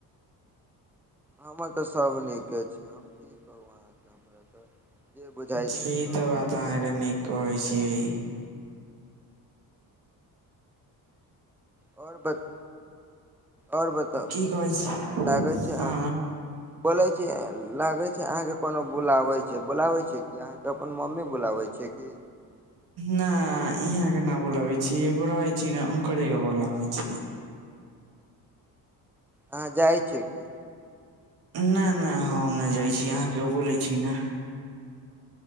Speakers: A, in the centre; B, on the right (about 70°).
A: हमर तऽ सभ नीके छी हम की कहू अहाँके हमरा तऽ। जे बुझाइ
B: जी
A: छै सभ
B: तऽ बात
A: नीके
B: अहाँके
A: छै
B: नीक कहै छीियै।
A: आओर बत आओर बताउ
B: की कहै छी
A: लागै छै
B: हँ
A: अहाँ। बोले छै लागे छै आहं के कोनो बुलावे छै बुलावे छै क आहं के अपन मम्मी बुलावे छै। जे किी।
B: न इहाँके न बोलाबइ छी एगोरा होइ छी ने ओंकरेगो बला होइ छै।
A: अहाँ जाइ छीियै की।
B: नहि नहि हम नहि जाइ छी अहाँ के बोलै छी ने।